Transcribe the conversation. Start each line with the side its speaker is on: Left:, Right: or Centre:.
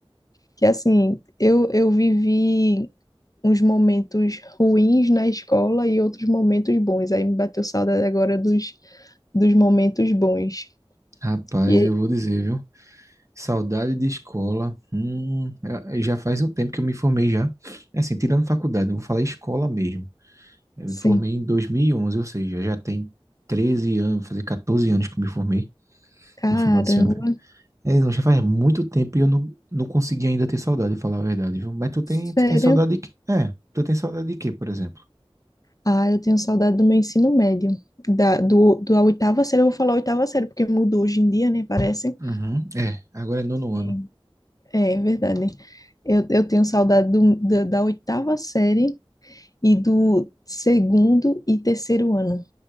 Left: que assim, eu, eu vivi uns momentos ruins na escola e outros momentos bons. Aí me bateu saudade agora dos, dos momentos bons.
Right: Rapaz,
Left: E
Right: eu vou dizer, viu? Saudade de escola. Hum, eh, já faz um tempo que eu me formei já. É Assim, tirando faculdade, eu vou falar escola mesmo. Eu
Left: sim,
Right: me formei em 2011, ou seja, já tem 13 anos, vou fazer 14 anos que eu me formei
Left: caramba,
Right: no final desse ano. É, não, já faz muito tempo e eu não, não consegui ainda ter saudade, falar a verdade, viu? Mas tu tem,
Left: sério.
Right: tu tem saudade de quê? É, tu tem saudade de quê, por exemplo?
Left: Ah, eu tenho saudade do meu ensino médio. Da, do, do a oitava série, eu vou falar oitava série, porque mudou hoje em dia, né? Parece.
Right: Uhum. É, agora é nono
Left: É.
Right: ano.
Left: É, é verdade. Eu, eu tenho saudade do, da, da oitava série e do segundo e terceiro ano.